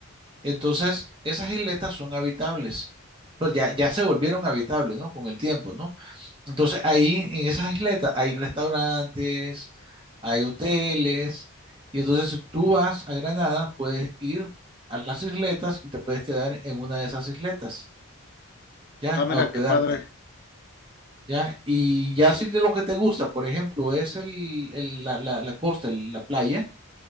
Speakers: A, on the right (about 25°); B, on the left (about 45°).
A: Entonces, esas isletas son habitables, pues ya, ya se volvieron habitables, ¿no? Con el tiempo, ¿no? Entonces ahí en esas isletas hay restaurantes, hay hoteles, y entonces si tú vas a Granada, puedes ir a las isletas y te puedes quedar en una de esas isletas, ya,
B: Ah, mira,
A: a hospedarte,
B: qué padre.
A: ya. Y ya si de lo que te gusta, por ejemplo, es el, el- la, la- la costa, el- la playa,